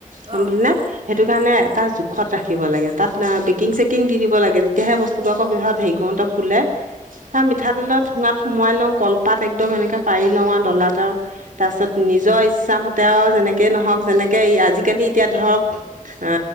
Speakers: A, on the right (about 75°); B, on the right (about 45°).
A: গম
B: অঁ
A: পালি নে? সেইটো কাৰণে এটা জোখত ৰাখিব লাগে। তাত বেকিং-চেকিং দি দিব লাগে, তেতিয়াহে বস্তুটো
B: উম
A: আকৌ
B: উম
A: পিছত হেৰি কও <unintelligible> ফুলে তাৰ মিঠাতেলৰ ঠুঙাত সোমোৱাই লওঁ কলপাত একদম এনেকে পাৰি লওঁ আৰু ডলাত আৰু। তাছত নিজৰ ইচ্ছামতে আৰু যেনেক কে ন'হক, যেনেকে এই আজিকালি এতিয়া ধৰক আ,